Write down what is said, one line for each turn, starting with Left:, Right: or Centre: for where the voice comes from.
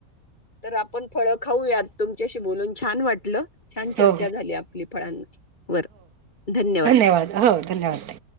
Left: तर आपण फळं खाऊयात तुमच्याशी बोलून छान वाटत टल छान चर्चा
Right: हो
Left: झाली आपली फळांवरर धन्यवाद
Right: न्यवादह धन्यवाद